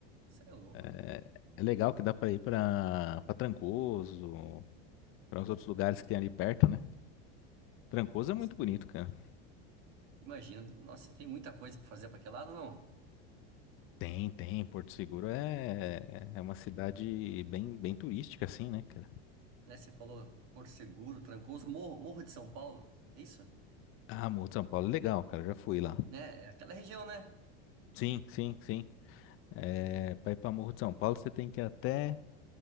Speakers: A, on the right; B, on the left.
A: Isso é louco.
B: É, é legal que dá pra ir pra, pra Trancoso, pra uns outros lugares que tem ali perto, né? Trancoso
A: Nossa,
B: é muito bonito, cara.
A: imagina. Nossa, você tem muita coisa pra fazer pra aquele lado, não?
B: Tem, tem. Porto Seguro é, é uma cidade bem, bem turística, assim, né, cara?
A: Né, você falou Porto Seguro, Trancoso, Morro, Morro de São Paulo. É isso?
B: Ah, Morro de São Paulo é legal, cara, já fui lá.
A: Né? É aquela região, né?
B: Sim, sim, sim. É, pra ir pra Morro de São Paulo você tem que ir até.